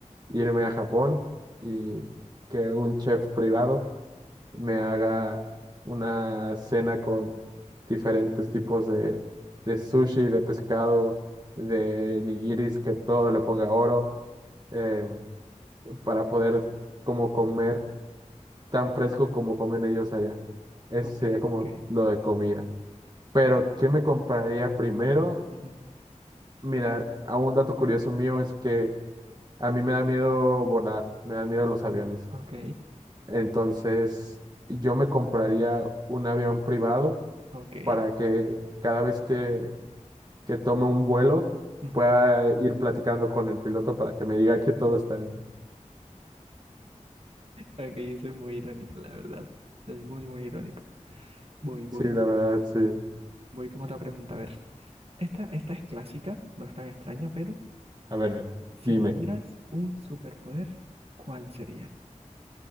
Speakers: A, on the right (about 35°); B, on the right (about 50°).
A: irme a Japón y que un chef privado me haga una cena con diferentes tipos de, de sushi, de pescado, de nigiris, que todo le ponga oro, eh, para poder como comer tan fresco como comen ellos allá. Eso
B: Ok,
A: sería como
B: ok.
A: lo de comida. Pero, ¿qué me compraría primero?
B: Ujú.
A: Mira, a un dato curioso mío es que a mí me da miedo volar, me dan miedo los aviones.
B: Ok,
A: Entonces, yo me compraría un avión privado
B: ok.
A: para que cada vez que, que tome un vuelo
B: Ujú.
A: pueda ir platicando con el piloto para que me diga que todo está bien.
B: Ok, eso es muy irónico, la verdad. Es muy, muy irónico. Voy, voy,
A: Sí, la
B: voy.
A: verdad, sí.
B: Voy con otra pregunta. A ver, esta, esta es clásica, no es tan extraña, pero
A: A ver,
B: si
A: dime.
B: tuvieras un superpoder, ¿cuál sería?